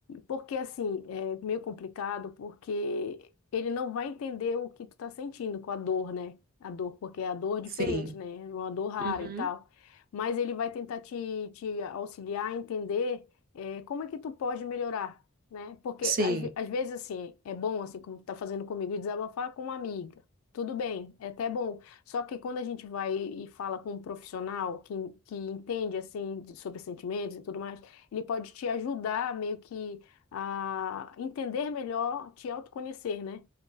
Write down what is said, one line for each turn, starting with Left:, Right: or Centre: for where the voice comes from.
Left: porque assim, é meio complicado, porque ele não vai entender o que tu tá sentindo com a dor, né? A dor, porque é a dor diferente,
Right: Sim.
Left: né? É Uma dor rara
Right: Uhum.
Left: e tal. Mas ele vai tentar te, te auxiliar a entender, é, como é que tu pode melhorar né? Porque
Right: Sim.
Left: às, às vezes assim, é bom assim como tá fazendo comigo, desabafar com uma amiga. Tudo bem, é até bom. Só que quando a gente vai e fala com um profissional que, que entende assim de- sobre sentimentos e tudo mais, ele pode te ajudar meio que a entender melhor, te autoconhecer, né?